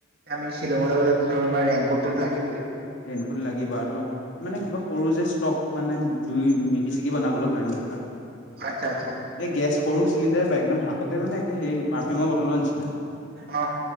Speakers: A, on the right; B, on the left.
A: আমি শ্বিলঙলৈ গ'লে ধৰ আমাৰ ৰেইনকোটতো লাগিবই
B: ৰেইনকোট লাগিব আৰু তোমাৰ মানে কিবা সৰু যে ষ্টপ মানে জুই মেগি চেগি বনাবলৈ কাৰণে ধৰিলোৱা
A: আচ্ছা, আচ্ছা, আচ্চা।
B: গেছ সৰু চিলিণ্ডাৰ পায় একদম হাততে মানে সেই পাৰফিউমৰ বটলৰ নিচিনা
A: অ